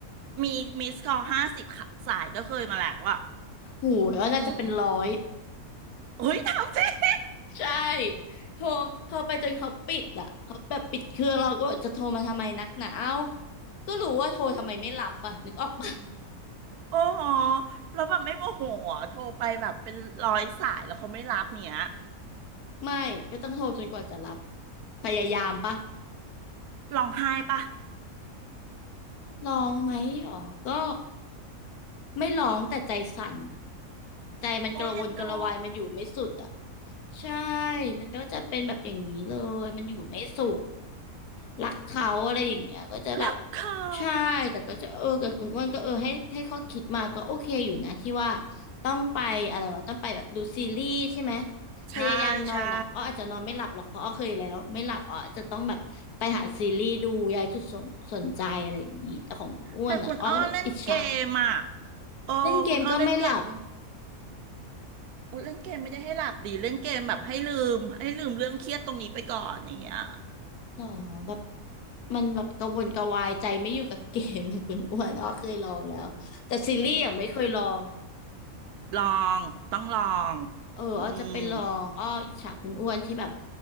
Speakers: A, on the right; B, on the left.
A: มีมิสคอลห้าสิบสายก็เคยมาแล้วอะ
B: โหยอ้วนน่าจะเป็นร้อย
A: อืมโอ้ยทำจริง
B: ใช่โทรโทรไปจนเขาปิดอ่ะเขาแบบปิดเครื่องเราก็จะโทรมาทำไมนักหนาเอ้าก็รู้ว่าโทรทำไมไม่รับอ่ะนึกออกปะ
A: โอ้โหแล้วแบบไม่โมโหอะโทรไปแบบเป็นร้อยสายแล้วเขาไม่รับเนี้ย
B: <laughs> ไม่ก็ต้องโทรจนกว่าจะรับพยายามปะ
A: ร้องไห้ปะ
B: ลองไหมหรอก็ไม่ร้องแต่ใจสั่นใจมันกระวนกระวายมันอยู่ไม่สุดอ่ะ
A: โอ้ยเอ็นดู
B: ใช่มันก็จะเป็นแบบอย่างนี้เลยมันอยู่ไม่สุข รักเขาอะไรอย่างเงี้ยก็จะแบบ
A: <laughs> รักเขา
B: ใช่แต่ก็จะเออกับคุณอ้วนก็เออให้ให้ข้อคิดมาก็โอเคอยู่นะที่ว่าต้องไปอะไรวะต้องไปแบบดูซีรีส์ใช่ไหม
A: ใช่ใช่
B: พยายามนอนอ่ะอ้ออาจจะนอนไม่หลับหรอกเพราะอ้อเคยแล้วไม่หลับอ้อจะต้องแบบไปหาซีรีส์ดูย้ายจุดสนสนใจอะไรอย่างงี้แต่ของคุณอ้วนอ่ะอ้อแบบอิจฉา
A: แต่คุณอ้อเล่นเกมอ่ะโอ้คุณอ้อเล่นเกม
B: เล่นเกมก็ไม่หลับ
A: โอ้เล่นเกมไม่ได้ให้หลับดีเล่นเกมแบบให้ลืมให้ลืมเรื่องเครียดตรงนี้ไปก่อนอย่างเงี้ย
B: อ๋อแบบมันแบบกระวนกระวายใจไม่อยู่กับเกมเลยคุณอ้วนอ้อเคยลองแล้วแต่ซีรีส์ยังไม่เคยลอง
A: <laughs> ลองต้องลอง
B: เอออ้อจะไปลองอ้ออิจฉาคุณอ้วนที่แบบ
A: อืม